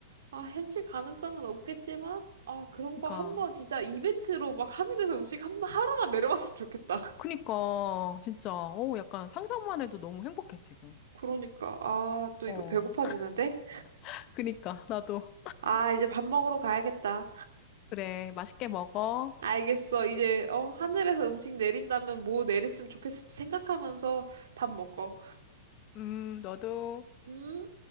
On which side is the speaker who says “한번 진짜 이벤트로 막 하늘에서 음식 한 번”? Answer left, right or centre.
Right